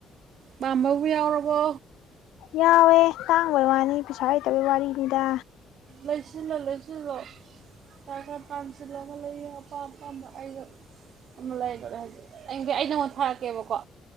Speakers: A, on the right; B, on the left.
A: ꯄꯥꯝꯕꯕꯨ ꯌꯥꯎꯔꯕꯣ
B: ꯌꯥꯎꯋꯦ ꯇꯥꯡꯕꯩ ꯋꯥꯅꯤ ꯄꯩꯁꯥ ꯂꯩꯇꯕꯩ ꯋꯥꯔꯤꯅꯤꯗ
A: ꯂꯩꯁꯤꯜꯂꯣ ꯂꯩꯁꯤꯜꯂꯣ ꯄꯩꯁꯥ ꯇꯥꯟꯁꯤꯜꯂꯒ ꯂꯩꯌꯣ ꯑꯄꯥꯝ ꯑꯄꯥꯝꯕ ꯑꯩꯒ ꯑꯃ ꯂꯩꯈꯔꯦ ꯍꯧꯖꯤꯛ ꯑꯩꯗꯤ ꯑꯩ ꯅꯉꯣꯟ ꯊꯥꯔꯛꯀꯦꯕꯀꯣ